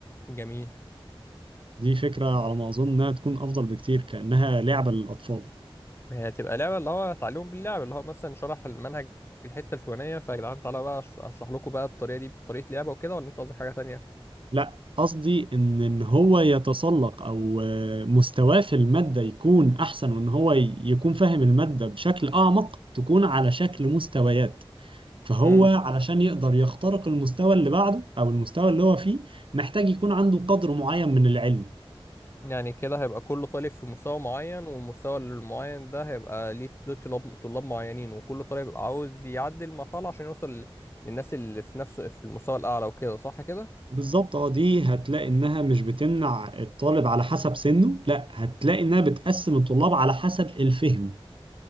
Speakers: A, on the left; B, on the right.
A: جميل
B: دي فكرة على ما أظن إنها تكون أفضل بكتير كأنها لعبة للأطفال
A: هي هتبقى لعبة اللي هو تعليم باللعب اللي هو مثلا شرح المنهج الحتة الفلانية فيا جدعان تعالى بقى أش- اشرح لكم بقى الطريقة دي بطريقة لعبة وكده ولا انت قصدك حاجة تانية
B: لا قصدي إن إن هو يتسلق أو آه، مستواه في المادة يكون أحسن وإن هو ي- يكون فاهم المادة بشكل أعمق تكون على شكل مستويات فهو
A: امم
B: علشان يقدر يخترق المستوى اللي بعده أو المستوى اللي هو فيه محتاج يكون عنده قدر معين من العلم
A: يعني كده هيبقى كل طالب في مستوى معين والمستوى المعين ده هيبقى ليه له طلاب طلاب معينين وكل طالب بيبقى عاوز يعدي المرحلة عشان يوصل للناس اللي في نفسه في المستوى الأعلى وكده صح كده
B: بالظبط اه دي هتلاقي انها مش بتمنع الطالب على حسب سنه لا هتلاقي انها بتقسم الطلاب على حسب الفهم